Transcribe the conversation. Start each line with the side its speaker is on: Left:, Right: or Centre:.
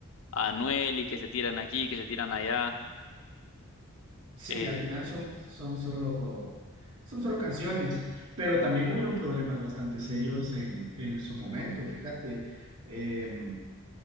Left: a Anuel y que se tiran aquí, que se tiran allá,
Right: Sí,
Left: eh,
Right: al final son, son solo, son solo canciones, pero también hubieron problemas bastante serios en, en su momento, fíjate. Em,